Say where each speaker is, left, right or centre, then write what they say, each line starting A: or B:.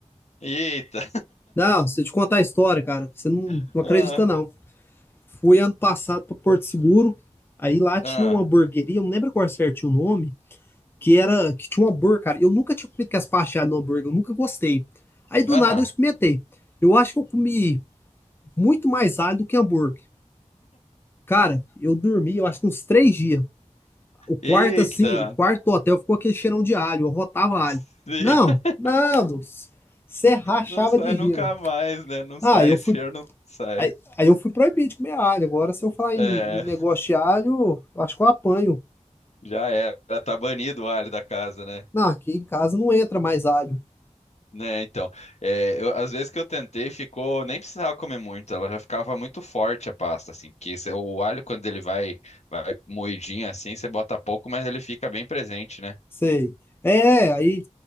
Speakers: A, on the left; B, on the left.
A: Eita!
B: Não, se eu te contar a história, cara, você não,
A: <laughs>
B: não
A: Ah,
B: acredita, não. Fui ano passado para Porto Seguro, aí lá tinha
A: ah,
B: uma hamburgueria, eu não lembro qual certinho o nome, que era que tinha um hambúrguer, cara. Eu nunca tinha comido com as pastas de alho no hambúrguer, eu nunca gostei. Aí do
A: aham.
B: nada eu experimentei. Eu acho que eu comi muito mais alho do que hambúrguer. Cara, eu dormi, eu acho que uns três dias. O quarto,
A: Eita!
B: assim, o quarto do hotel ficou aquele cheirão de alho, eu rotava alho.
A: Sim,
B: Não,
A: <laughs>
B: não, você rachava
A: não sai
B: de rima.
A: nunca mais, né? Não
B: Ah,
A: sai,
B: eu
A: esse
B: fui.
A: cheiro não sai.
B: Aí, aí eu fui proibido de comer alho. Agora, se eu falar
A: É,
B: em, em negócio de alho, eu acho que eu apanho.
A: já era, tá banido o alho da casa, né?
B: Não, aqui em casa não entra mais alho.
A: Né, então, é, eu- às vezes que eu tentei, ficou, nem precisava comer muito, ela já ficava muito forte a pasta, assim, porque cê- o alho quando ele vai, vai moidinho assim, você bota pouco, mas ele fica bem presente, né?
B: Sei. É, aí.